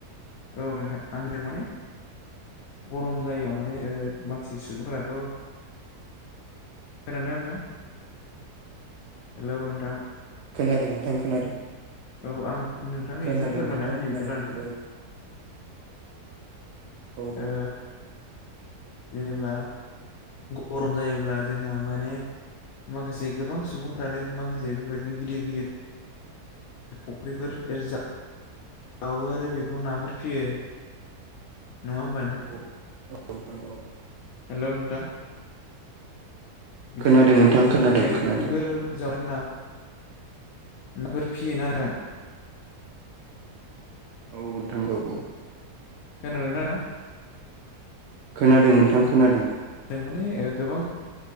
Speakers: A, on the left; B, on the right.
A: औ नोंथां आं होनदों माने गरम जायोबा माने। माने मानसि सुबुंफोराथ'। खोनादों ना नोंथां हेल' नोंथां
B: खोनादों नोंथां खोनादों।
A: औ आं नोंथांनो
B: खोनादों
A: एसे फोरमायना
B: नोंथां
A: होनो
B: खोनादों।
A: बिदिब्ला नोंथां
B: औ।
A: ओ जेनेब्ला गरम जायोब्ला जोंहा माने। माखासे गोबां सुबुंफ्रानो माखासे बेफोरबायदिनो गिदिर गिदिर। फुख्रिफोर जा वो आरो बेफोराव नाफोर फियो नङा होमबा नोंथां?
B: औ <unintelligible>
A: हेल' नोंथां। बिदिनो
B: खोनादों नोंथां
A: फुख्रि
B: खोनादों
A: फियो
B: खोनादों
A: फुख्रिफोर जावनाय नाफोर। नाफोर फियोन आरो आं।
B: औ नोंथां औ औ।
A: खोनादों ना आदा?
B: खोनादों नोंथां खोनादों।
A: माने ओ गोबां